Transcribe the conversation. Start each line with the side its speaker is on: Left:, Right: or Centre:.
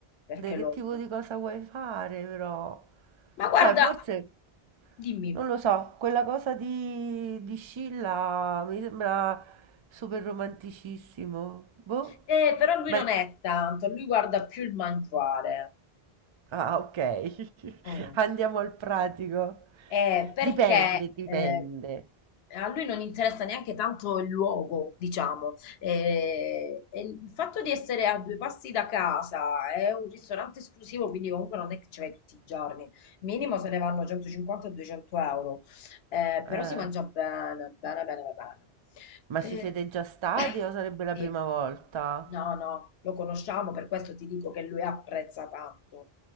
Left: perché
Right: Che
Left: lo...
Right: tipo di cosa vuoi fare però?
Left: Ma guarda,
Right: Cioè, forse,
Left: dimmi.
Right: non lo so, quella cosa di, di Scilla mi sembra super romanticissimo. Boh.
Left: Eh, però lui
Right: Beh,
Left: non è tanto, lui guarda più il mangiare.
Right: ah, ok. <laughs>
Left: Mm.
Right: Andiamo al pratico.
Left: Eh, perché
Right: Dipende, dipende.
Left: eh, a lui non interessa neanche tanto il luogo, diciamo. Eh, e il fatto di essere a due passi da casa è un ristorante esclusivo, quindi comunque non è che ci vai tutti i giorni. Minimo se ne vanno 150-200 euro. Eh,
Right: Eh,
Left: però si mangia bene, bene, bene, bene. bene.
Right: Ma
Left: Eh,
Right: ci siete già stati
Left: <coughs>
Right: o sarebbe la
Left: sì.
Right: prima volta?
Left: No, no, lo conosciamo, per questo ti dico che lui apprezza tanto.